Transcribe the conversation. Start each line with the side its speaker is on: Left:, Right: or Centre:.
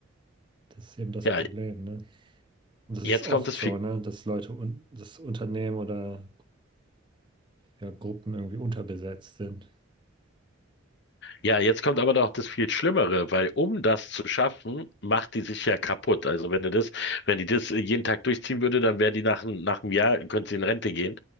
Right: Das ist eben das
Left: Ja,
Right: Problem, ne? Und das
Left: jetzt
Right: ist oft
Left: kommt das
Right: so, ne, dass Leute und das Unternehmen oder ja, Gruppen irgendwie unterbesetzt sind.
Left: Ja, jetzt kommt aber noch das viel Schlimmere, weil um das zu schaffen, macht die sich ja kaputt. Also wenn du das, wenn die das jeden Tag durchziehen würde, dann wäre die nach, ein- nach einem Jahr, könnte sie in Rente gehen.